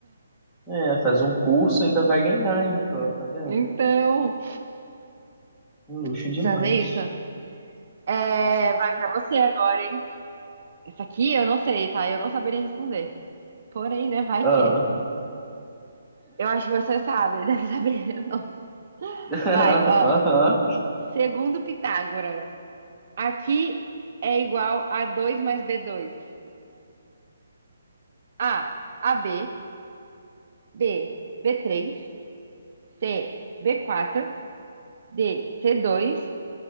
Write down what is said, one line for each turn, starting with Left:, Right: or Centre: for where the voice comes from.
Centre: É, faz um curso ainda vai ganhar ainda, ó, tá vendo?
Right: Então,
Centre: Um luxo
Right: eu
Centre: demais.
Right: preciso fazer isso. É, vai pra você agora, hein? Essa aqui eu não sei, tá? Eu não saberia responder. Porém, né? Vai
Centre: Ah,
Right: que. Eu acho que você sabe, deve saber. <laughs> eu Não.
Centre: Aham,
Right: Vai, ó.
Centre: aham.
Right: Segundo Pitágoras, aqui é igual a dois mais b 2 A, AB, B, b três C, b quatro D, c dois